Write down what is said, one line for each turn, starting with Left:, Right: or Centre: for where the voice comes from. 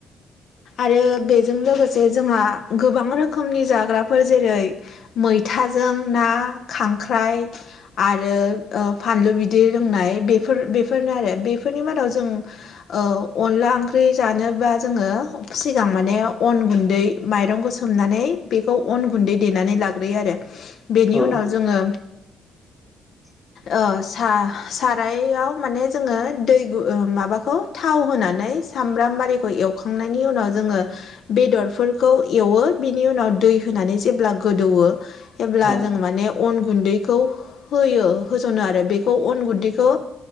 Left: आरो बेजों लोगोसे जोंहा गोबां रोखोमनि जाग्राफोर जेरै मैथाजों ना खांख्राइ। आरो ओ फानलु बिदै लोंनाय बेफोर बेफोरनो आरो बेफोरनि मादाव जों ओ अनला ओंख्रि जानोबा जोङो सिगां माने अन गुन्दै माइरंखौ सोमनानै बेखौ अन गुन्दै देनानै लाग्रोयो आरो। बेनि
Centre: उम
Left: उनाव जोङो
Centre: <inaudible>
Left: अ सा सारायाव माने जोङो दै गु ओ माबाखौ थाव होनानै सामब्राम आरिखौ एवखांनायनि उनाव जोङो बेदरफोरखौ एवो बिनि उनाव दै होनानै जेब्ला गोदौवो जेब्ला
Centre: उम
Left: जों माने अन गुन्दैखौ होयो होज'नो आरो बेखौ अन गुन्दैखौ